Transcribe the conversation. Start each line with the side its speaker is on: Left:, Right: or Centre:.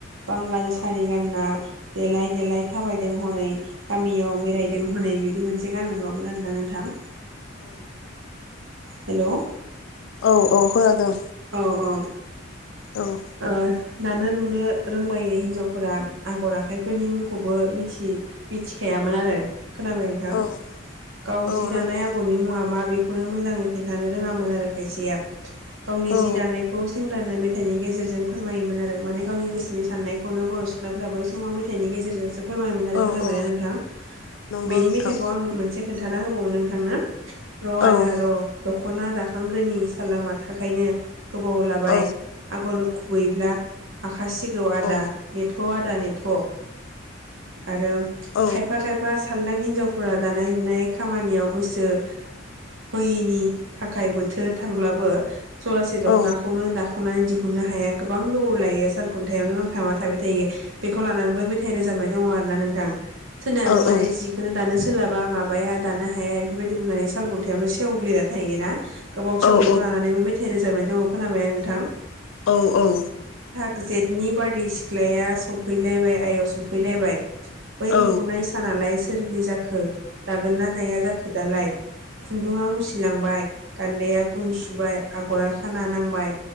Right: बां
Left: औ
Right: सारि गानना देलाय देलाय थाबायदों हनै गामियाव बेरायदों हनै बिबो मोनसे गान मोनबावोमोन आरो ना नोंथां।
Left: औ।
Right: हेलौ
Left: औ औ खोनादों।
Right: औ औ।
Left: औ
Right: ओ दानो लुनो रोंबायै हिनजावफोरा आगर आखाइफोरनि मुंखौबो मिथि मिथिखायामोन आरो खोनाबाय नोंथां
Left: औ
Right: गाव
Left: औ
Right: जि
Left: नंगौ
Right: दानाय आगरनि मुङा मा बे खौनो मोजाङै खिन्थानो रोङामोन आरो खायसेया। गावनि
Left: औ
Right: जि दानायखौ सेंग्रानो मे थाइनि गेजे जेरजों फोरमायोमोन आरो माने गावनि गोसोनि साननायखौनो बर' सिख्लाफ्रा बै समाव मेथाइनि गेजेरजोंसो फोरमायोमोन आरो
Left: औ
Right: खोनाबायना
Left: औ
Right: नोंथां?
Left: नंगौ
Right: बेनि
Left: नोंथां
Right: मेथाइखौ आं मोनसे खोन्थाना होबावो नोंथांनो र'
Left: औ
Right: आदा र' दख दखना दाखांग्रोनि सालामाथा खायनो गोबाव लाबाय
Left: औ
Right: बर गुबैब्ला <unintelligible> खासिगौ
Left: औ
Right: आदा नेट आदा ने थ आरो
Left: औ
Right: खायफा खायफा साल दां हिनजावफोरा दानाय लुनाय खामानियाव गोसो होयिनि थाखाय बोथोर थांब्लाबो जरासे दखनाखौनो
Left: औ
Right: दाख नानै दिहु खुनो हाया गोबां गोबाव लायो साल सालखुन्थायावनो नांथाबना थाबाय थायो बे खौ लानानैबो मेथाइ रोजाबनाय दङ आरो ना नों थां सोरनायाबा
Left: औ औ
Right: माने
Left: नंगौ
Right: जिखोनो दानो सो सोलाबा माबाया दानो हाया बेफोरबायदि बुंनानै साल खुन्थायावनो सेवग्लिना थायोना? गोबाव सम
Left: औ
Right: बेखौ लानानैबो मेथाइ रोजाबनाय दङ खोनाबायना नोंथां?
Left: औ औ
Right: जेटनि बारादै सिख्लाया सफैलायबाय आय सफैलायबाय बै
Left: औ
Right: नुहुरनाय सानालाय सोरनि जाखो दागोन ना दाया जाखो दालाय खुन्दुङा मुसिलांबाय गान्दैया गुन सुबाय आगरा खाना नांबाय